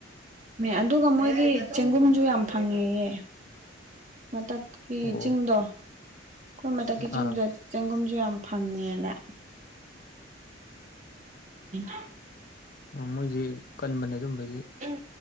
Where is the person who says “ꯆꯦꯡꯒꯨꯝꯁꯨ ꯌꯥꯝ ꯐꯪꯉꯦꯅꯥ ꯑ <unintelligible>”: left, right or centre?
Right